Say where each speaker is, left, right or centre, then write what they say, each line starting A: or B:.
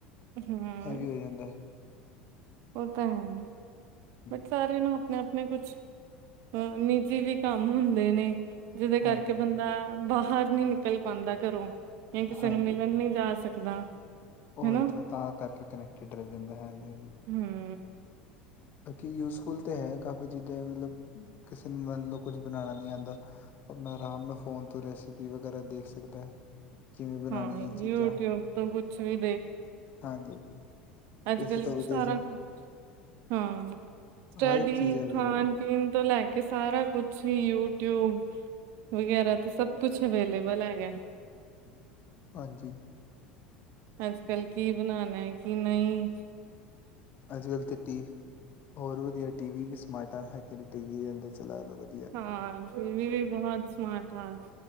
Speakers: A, on the right; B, on the left.
A: ਹਮ
B: ਇਹ ਵੀ ਹੋ ਜਾਂਦਾ
A: ਉਹ ਤਾਂ ਹੈ,
B: ਹਾਂਜੀ-ਹਾਂਜੀ।
A: ਬਟ ਸਾਰਿਆਂ ਨੂੰ ਆਪਣੇ-ਆਪਣੇ ਕੁਛ ਅ ਨਿੱਜੀ ਵੀ ਕੰਮ ਹੁੰਦੇ ਨੇ। ਜਿਹਦੇ ਕਰਕੇ
B: ਹਾਂਜੀ ਹਾਂਜੀ
A: ਬੰਦਾ ਬਾਹਰ ਨੀ ਨਿਕਲ ਪਾਉਂਦਾ ਘਰੋਂ, ਜਾਂ ਕਿਸੇ
B: ਹਾਂਜੀ
A: ਨੂੰ ਮਿਲਣ ਨਈ ਜਾ ਸਕਦਾ।
B: ਉਹ
A: ਹਨਾ
B: ਇੱਥੇ ਤਾਂ ਕਰਕੇ ਕਨੈਕਟਿਡ ਰਹਿ ਜਾਂਦੇ ਹੈਗੇ ਵੀ
A: ਹਮ
B: ਬਾਕੀ ਯੂਜਫੁਲ ਤੇ ਹੈ। ਕਾਫ਼ੀ ਚੀਜ਼ਾਂ ਮਤਲਬ, ਕਿਸੇ ਨੂੰ ਮੰਨ ਲਓ। ਕੁਝ ਬਣਾਉਣਾ ਨੀ ਆਉਂਦਾ। ਅਪਣਾ ਆਰਾਮ ਨਾਲ ਫ਼ੋਨ ਤੋਂ ਰੈਸਪੀ ਵਗੈਰਾ ਦੇਖ ਸਕਦਾ ਹੈ। ਕਿਵੇਂ ਬਣਾਣੀ
A: ਹਾਂ
B: ਹੈ ਚੀਜ਼ਾਂ
A: ਯੂਟਿਊਬ ਤੋਂ ਕੁਛ ਵੀ
B: ਹਾਂਜੀ
A: ਅੱਜ -ਕੱਲ
B: ਇਸੇ ਤੋਂ ਵੀ
A: ਸਾਰਾ
B: ਦੇਖ
A: ਕੁਛ ਹਾਂ, ਸਟਡੀ
B: ਹਰ ਇੱਕ ਚੀਜ਼ ਅਵੇਲੇਬਲ
A: ਖਾਣ
B: ਹੈ
A: ਪੀਣ ਤੋਂ ਲੈਕੇ ਕਿ ਸਾਰਾ ਕੁਛ ਹੀ ਯੂਟਿਊਬ ਵਗੈਰਾ ਤੇ ਸਭ ਕੁਛ ਅਵੇਲੇਬਲ ਹੈਗਾ।
B: ਹਾਂਜੀ।
A: ਅੱਜ ਕੱਲ੍ਹ ਕੀ ਬਣਾਉਣਾ, ਕਿ ਨਹੀਂ।
B: ਅੱਜ ਕੱਲ ਤੋਂ ਟੀਵੀ ਹੋਰ ਵਧੀਆ ਟੀਵੀ ਵੀ ਸਮਾਰਟ ਹੈਗੇ ਨੇ, ਟੀਵੀ ਅੰਦਰ ਚਲਾ ਕੇ ਦੇ
A: ਹਾਂ ਟੀ -ਵੀ ਬਹੁਤ ਸਮਾਰਟ ਆ